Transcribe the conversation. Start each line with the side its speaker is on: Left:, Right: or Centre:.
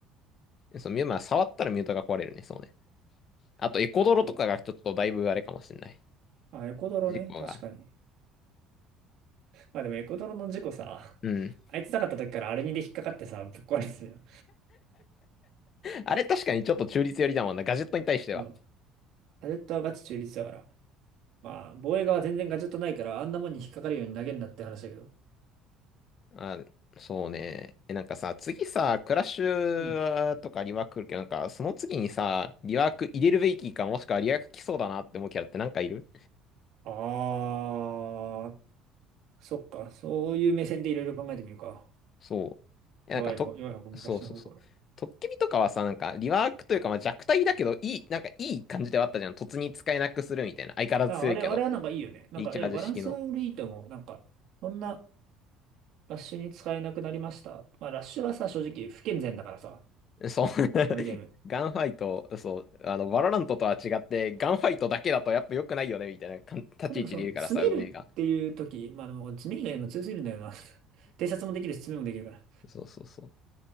Left: そう、みまあ、触ったらミュータが壊れるね、そうね。あと、エコドロとかがちょっとだいぶあれかもしれない。
Right: そう。あ、エコドロね。
Left: 事故が。
Right: 確かに。まあでもエコドロの事故さ、
Left: うん。
Right: あいつなかった時からアルニで引っかかってさ、ぶっ壊れてたよ。
Left: あれ確かにちょっと中立寄りだもんな、ガジェットに対しては。
Right: うん。ガジェットはガチ中立だから。まあ、防衛側は全然ガジェットないから、あんなもんに引っかかるように投げんなって話だけど。
Left: あ、そうね。え、なんかさ、次さ、クラッシュとかリワーク来るけど、
Right: うん。
Left: なんか、その次にさ、リワーク入れるべきか、もしくはリワーク来そうだなって思うキャラってなんかいる
Right: あー、そっか。そういう目線でいろいろ考えてみるか。
Left: そう。え、
Right: 弱い方、
Left: なんか、と、
Right: 弱い方、昔の方か
Left: そうそうそう。トッケビとかはさ、なんか、リワークというか、まあ、弱体だけど、いい、なんか、いい感じではあったじゃん。突に使えなくするみたいな。相変わらず強いけど、
Right: ら。あ、あれ、あれはなんかいいよね。なんか、
Left: リーチャージ式の。
Right: いや、バランスは俺いいと思う。なんか、そんなラッシュに使えなくなりました。まあ、ラッシュはさ、正直不健全だからさ、
Left: そう。<laughs>
Right: このゲーム。
Left: ガンファイト、そう、あの、バロラントとは違って、ガンファイトだけだとやっぱ良くないよね、みたいなかん立ち位置でいるからさ、
Right: でもそう、詰めるっていう時、
Left: 運営が。
Right: まあでも詰め以外でも強すぎるんだよな。<laughs> 偵察もできるし、詰めもできるから。っ
Left: そうそうそう。